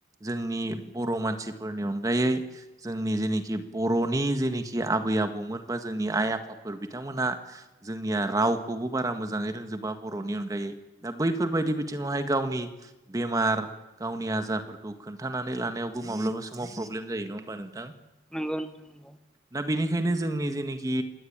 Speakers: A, on the right; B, in the centre.
A: जोंनि बर' मानसिफोरनि अनगायै जोंनि जेनोखि बर'नि जेनिखि आबै आबौमोन बा जोंनि आइ आफाफोर बिथांमोनहा जोंनिया रावखौ बो बारा मोजांयै रोंजोबा बर'नि अनगायै दा बैफोरबायदि बिथिङावहाय वाय गावनि बेमार गावनि आजारफोरखौ खोन्थानानै लानायावबो माब्लाबा समाव प्रब्लेम जायो न होनबा नोंथां
B: नंगौ नोंथां नंगौ
A: दा बेनिखायनो जोंनि जेनोखि